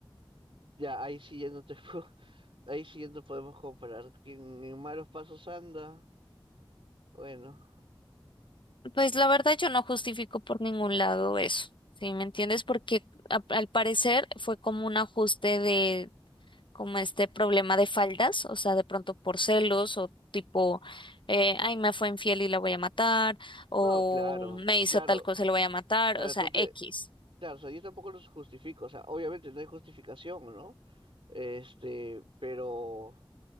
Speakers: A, on the right (about 85°); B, on the left (about 65°).
A: ya ahí sí ya no te puedo- <laughs> ahí sí ya no podemos comparar. Quien en malos pasos anda, bueno.
B: Pues la verdad yo no justifico por ningún lado eso. ¿Sí me entiendes? Porque a- al parecer fue como un ajuste como este problema de faldas, o sea, de pronto por celos o tipo, eh, ay, me fue infiel y la voy a matar, o
A: No, claro,
B: me hizo
A: claro.
B: tal cosa y la voy a matar,
A: Pero
B: o sea,
A: tú te,
B: X.
A: claro, o sea, yo tampoco los justifico, o sea, obviamente no hay justificación, ¿no? Este, pero